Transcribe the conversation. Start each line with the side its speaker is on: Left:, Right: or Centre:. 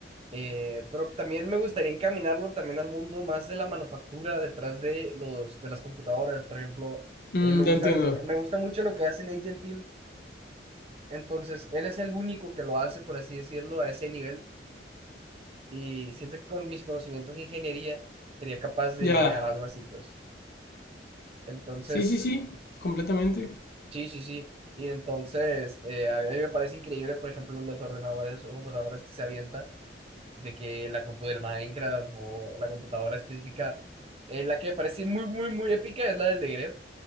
Right: Eh, pero también me gustaría encaminarlo también al mundo más de la manufactura detrás de los de las computadoras, por ejemplo.
Left: Mm,
Right: Eh, me gusta
Left: ya entiendo.
Right: lo que me gusta mucho lo que hace Nate Gentil, entonces él es el único que lo hace, por así decirlo, a ese nivel y siento que con mis conocimientos de ingeniería sería capaz de
Left: Ya.
Right: llegar a algo así, pues. Entonces,
Left: Sí, sí, sí, completamente.
Right: sí, sí, sí. Y entonces, eh, a mí me parece increíble, por ejemplo, los ordenadores o computadoras que se avientan de que la compu del Minecraft o la computadora específica, eh, la que me parece muy, muy, muy épica es la del de Grefg.